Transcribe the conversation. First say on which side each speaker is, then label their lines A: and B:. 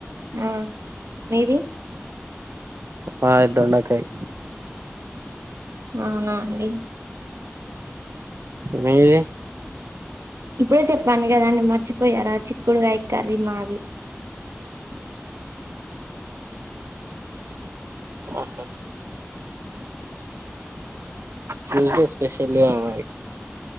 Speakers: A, on the right; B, on the right.
A: ఆ మీది
B: మాది దొండకాయ్
A: అవునా అండి
B: మీది
A: ఇప్పుడే చెప్పాను కదండి మర్చి పొయారా చిక్కుడుకాయ కర్రీ మాది
B: ఆ
A: బ
B: మీ ఇంట్లో స్పెషల్ లేదా మరి